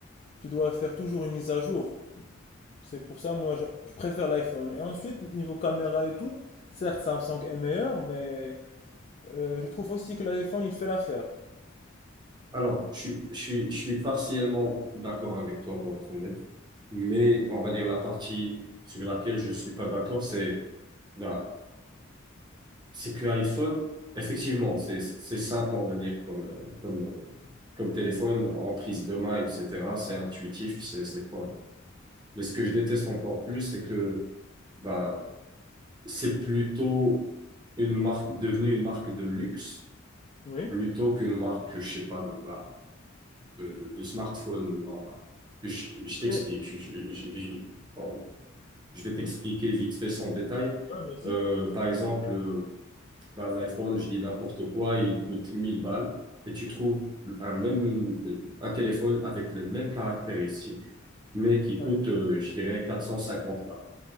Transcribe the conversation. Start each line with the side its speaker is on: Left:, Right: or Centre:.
Left: tu dois faire toujours une mise à jour. C'est pour ça, moi, je, je préfère l'iPhone. Et ensuite, niveau caméra et tout, certes, Samsung est meilleur, mais euh, je trouve aussi que l'iPhone, il fait l'affaire.
Right: Alors, je, suis- je, suis- je suis partiellement d'accord avec toi pour être honnête, mais on va dire la partie sur laquelle je suis pas d'accord, c'est voilà, c'est que iPhone, effectivement, c'est c'est simple, on va dire, comme euh, comme euh, comme téléphone en prise de main, etc. C'est intuitif, c'est c'est pas. Mais ce que je déteste encore plus, c'est que bah c'est plutôt une marque devenue une marque de luxe
Left: Oui.
Right: plutôt qu'une marque, je sais pas, de bas. de, de- de smartphone. Non. Je, je t'explique.
Left: Mais-
Right: Je, je, je vais bon, je vais t'expliquer
Left: Hein
Right: vite fait sans détail.
Left: Ouais, vas-y.
Right: Euh, par exemple, euh, dans l'iPhone, je dis n'importe quoi, il coûte 1000 balles et tu trouves un même un téléphone avec les mêmes caractéristiques, mais qui
Left: Ouais.
Right: coûte, euh, je dirais, 450 balles.